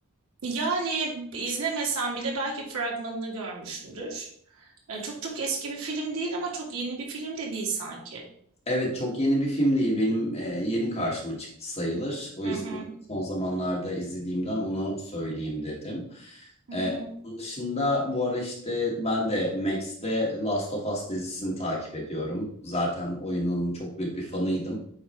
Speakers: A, on the right; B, on the left.
A: yani izlemesem bile belki fragmanını görmüşümdür. E, çok çok eski bir film değil ama çok yeni bir film de değil sanki.
B: Evet çok yeni bir film değil. Benim e, yeni karşıma çıktı sayılır. O
A: Hı
B: yüzden
A: hı.
B: son zamanlarda izlediğimden onu söyleyeyim dedim.
A: Hı
B: Ee,
A: hı.
B: onun dışında bu ara işte ben de Max'te Last of Us dizisini takip ediyorum. Zaten oyunun çok büyük bir fanıydım.